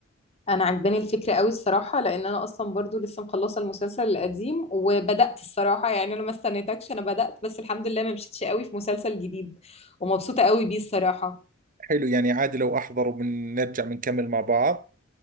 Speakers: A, on the left; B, on the right.
A: انا عجباني الفكره قوي الصراحه لان انا اصلا برضو لسه مخلصه المسلسل القديم وبدات الصراحه يعني انا ما استنيتكش انا بدات بس الحمد لله ما مشيتش قوي في مسلسل جديد ومبسوطه قوي بيه الصراحه
B: حلو يعني عادي لو أحضر وبنرجع بنكمل مع بعض